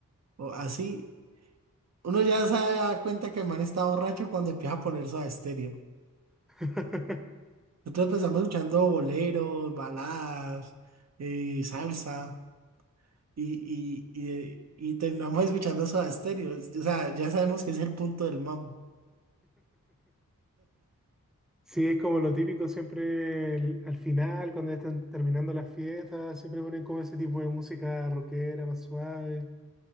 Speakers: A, on the right; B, in the centre.
A: o así. Uno ya se da cuenta que el man está borracho cuando empieza a poner Soda Stereo.
B: <laughs>
A: Nosotros empezamos escuchando boleros, baladas, eh, salsa. y, y, y, y terminamos escuchando Soda Stereo. O sea, ya sabemos que es el punto del mambo.
B: Sí, es como lo típico siempre el- al final, cuando ya están terminando las fiestas, siempre ponen como ese tipo de música rockera más suave